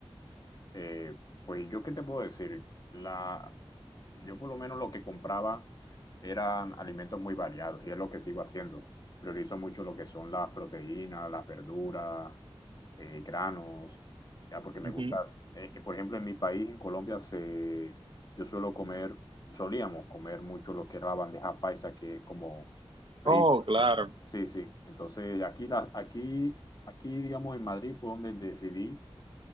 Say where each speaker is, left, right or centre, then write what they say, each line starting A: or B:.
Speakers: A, on the left; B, on the right.
A: Eh, pues yo qué te puedo decir. La, yo por lo menos lo que compraba eran alimentos muy variados y es lo que sigo haciendo. Priorizo mucho lo que son las proteínas, las verduras, eh, granos, ya porque me
B: Ujú.
A: gusta. eh, eh, por ejemplo, en mi país, en Colombia, se, yo suelo comer, solíamos comer mucho lo que es la bandeja paisa, que es como frijoles.
B: Oh, claro.
A: Sí, sí. Entonces, aquí, la, aquí, aquí, digamos, en Madrid fue donde decidí